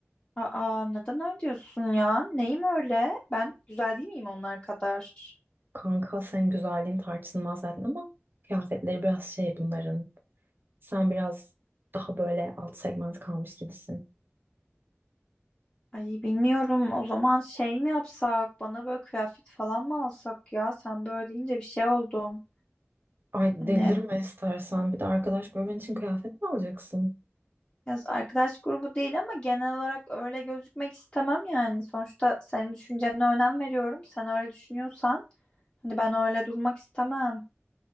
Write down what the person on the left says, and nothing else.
Aa, neden öyle diyorsun ya? Neyim öyle? Ben güzel değil miyim onlar kadar?
Ay bilmiyorum o zaman şey mi yapsak bana böyle kıyafet falan mı alsak ya sen böyle deyince bir şey oldum.
Hani
biraz arkadaş grubu değil ama genel olarak öyle gözükmek istemem yani. Sonuçta senin düşüncene önem veriyorum. Sen öyle düşünüyorsan hani ben öyle durmak istemem.